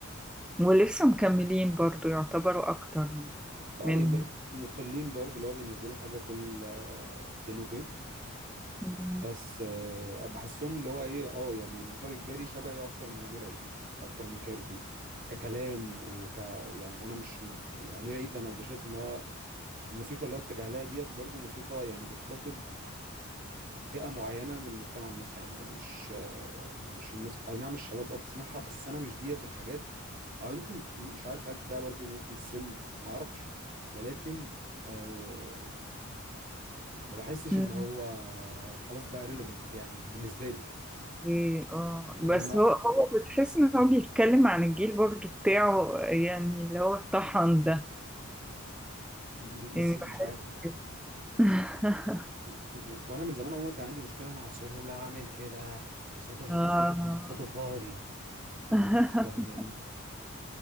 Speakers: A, in the centre; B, on the right.
A: ولسه مكملين برضو يعتبروا اكتر يعني
B: بقى
A: منهم
B: يبقى مقلين برضه اللي هو بينزلوا حاجه كل آه، فين وفين
A: مم.
B: بس آه، بحسهم اللي هو ايه اه يعني مسار اجباري شبهي اكتر من امير عيد اكتر من كايروكي ككلام وك يعني انا مش يعني امير عيد انا بشايف ان هو الموسيقى اللي هو اتجه لها ديت برضه موسيقى يعني بتخاطب فئه معينه من المجتمع المصري عندنا مش آه، مش الناس اي نعم الشباب اه بتسمعها بس انا مش ديت الحاجات او يمكن مش عارف هل ده برضه ممكن السن معرفش ولكن أه ما بحسش
A: آه.
B: ان هو خلاص بقى ريليفنت يعني بالنسبه لي
A: إيه، اه بس
B: انما
A: هو هو بتحس ان هو بيتكلم عن الجيل برضه بتاعه يعني اللي هو الطحن ده
B: ب- بس
A: يعني
B: مش
A: بحس
B: عارف
A: كده <laughs>
B: و- و- وانا من زمان عموما كان عندي مشكله مع صوته اللي عامل كده يعني صوته اللي
A: اه
B: صوته صوته فاضي يعني
A: <laughs>
B: فاهمين
A: آه،